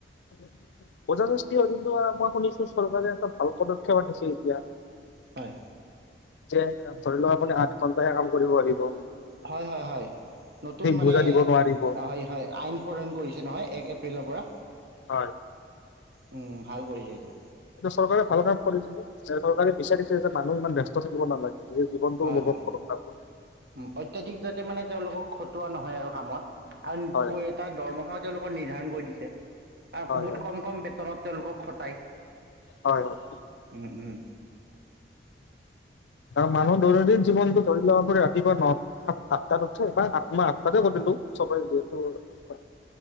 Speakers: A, on the left; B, on the right.
A: <unintelligible> কিন্তু মই শুনিছো। চৰকাৰে এটা ভাল পদক্ষেপ আনিছে এতিয়া,
B: হয়।
A: যে ধৰি লওক আপুনি আঠ ঘণ্টাহে কাম কৰিব লাগিব।
B: হয় হয় হয়, নতুন মানে,
A: বোজা দিব নোৱাৰিব
B: হয় হয়। আইন প্ৰণয়ন কৰিছে নহয় এক এপ্ৰিলৰ পৰা।
A: হয়।
B: উম। ভাল কৰিছে এইটো
A: এইটো চৰকাৰে ভাল কাম কৰিছিলে যে চৰকাৰে বিচাৰিছে যে মানুহ ইমান ব্যস্ত থাকিব নালাগে। নিজৰ জীৱনটো
B: হয়
A: উপভোগ
B: হয়
A: কৰক ভালকৈ
B: উম অত্যাধিক যা তে মানে তেওঁলোকক খটোৱা নহয় আৰু কামত <unintelligible>
A: হয়
B: তাৰ দৰমহাও তেওঁলোকৰ নিৰ্ধাৰণ কৰি দিছে। আৰু
A: হয়
B: ‌ক‌ বহুত
A: হয়
B: কম কম বেতনত তেওঁলোকক খটায়।
A: হয় হয়।
B: উম উম।
A: আৰু মানুহ দৈনন্দিন জীৱনটো ধৰি ল' আপুনি ৰাতিপুৱা ন - সাত - আঠটাত উঠ‌ বা আঠমাহ আঠটাতে কৰিলোঁ চবেঋযিহেতু,